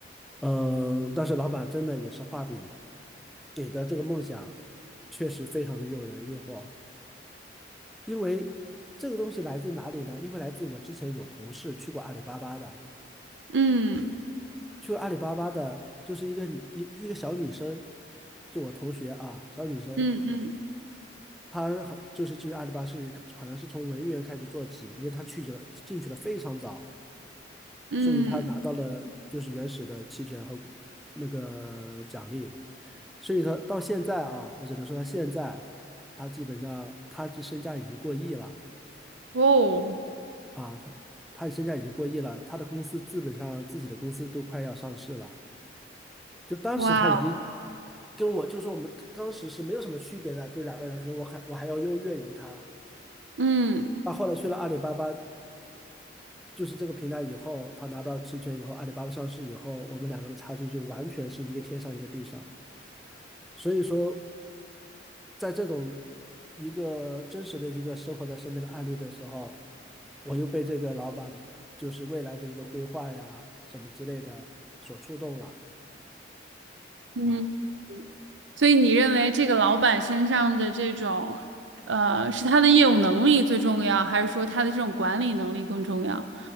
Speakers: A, in the centre; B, on the right.
A: 嗯、但是老板真的也是画饼给的这个梦想，确实非常的诱人诱惑。因为这个东西来自哪里呢？因为来自我之前有同事去过阿里巴巴的，
B: 嗯
A: 去过阿里巴巴的，就是一个女一一个小女生，就我同学啊，小女生，
B: 嗯嗯
A: 他好就是进实阿里巴巴是好像是从文员开始做起，因为他去了进去的非常早，
B: 嗯，
A: 所以他拿到了就是原始的期权和股那个奖励，所以他到现在啊，我只能说他现在他基本上他这身价已经过亿了
B: 哦，
A: 啊，他他身价已经过亿了，他的公司基本上自己的公司都快要上市了。就当时他已经
B: 哇哦，
A: 跟我，就说我们当时是没有什么区别的，就两个人，可能我还我还要优越于他。
B: 嗯
A: 他后来去了阿里巴巴，就是这个平台以后，他拿到期权以后，阿里巴巴上市以后，我们两个的差距就完全是一个天上一个地上。所以说，在这种一个真实的一个生活在身边的案例的时候，我又被这个老板就是未来的一个规划呀什么之类的所触动了
B: 嗯。
A: 啊。
B: 所以你认为这个老板身上的这种，呃，是他的业务能力最重要，还是说他的这种管理能力更重要？